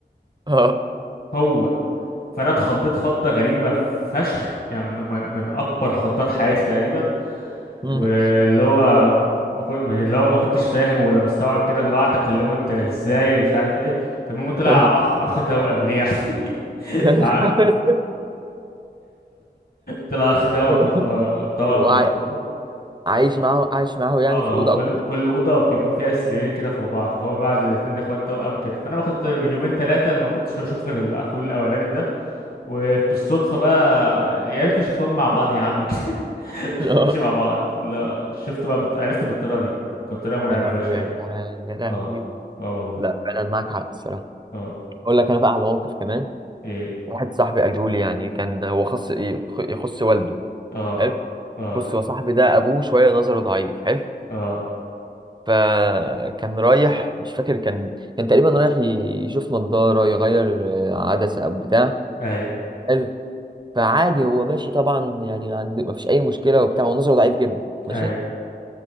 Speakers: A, on the right; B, on the left.
A: اه
B: هو فانا اتخضيت خضه غريبه فشخ يعني من, من, من اكبر خضات حياتي تقريبا
A: امم
B: واللي هو ما كن- اللي هو ما كنتش فاهم ولا مستوعب كده اللي هو قعدت اكلمه انت ازاي ومش عارف ايه فالمهم
A: <laughs>
B: طلع اخ اخ توأم ليه يعني
A: <laughs>
B: <laughs>
A: يا نهار
B: مع- طلع اخ توأم
A: أسود.
B: مت... توأم
A: وع-
B: متطابق
A: عايش
B: اه
A: معاه عايش معاه يعني
B: اه
A: في الأوضة
B: هو كل
A: أو كده
B: كل اوضه بيكون فيها سريرين كده فوق بعض فهو بقى الاثنين ده اخوات توأم كده فانا ما كنت من يومين ثلاثه ما كنتش بشوف غير اخوه الاولاني ده وبالصدفة بقى يا ريتني شفتهم مع بعض يا عم <laughs> شفتهم
A: <laughs> آه.
B: مش مع بعض لا شفت بقى بط... عرفت بالطريقة دي كانت طريقة مرعبة
A: يا لهوي
B: فشخ يعني
A: يا جدعان يا لهوي
B: اه اه والله
A: لا فعلا معاك حق الصراحة
B: اه
A: أقول لك أنا بقى على موقف كمان
B: ايه
A: واحد صاحبي قاله لي يعني كان هو خص يخ- يخص والده
B: اه
A: حلو
B: اه
A: بص هو صاحبي ده أبوه شوية نظره ضعيف حلو
B: اه
A: فكان رايح مش فاكر كان كان تقريبا رايح ي- يشوف نضارة يغير آه، عدسة أو بتاع
B: اي
A: حلو فعادي هو ماشي طبعا يعني عند... مفيش أي مشكلة وبتاع ونظره ضعيف جدا ماشي
B: اي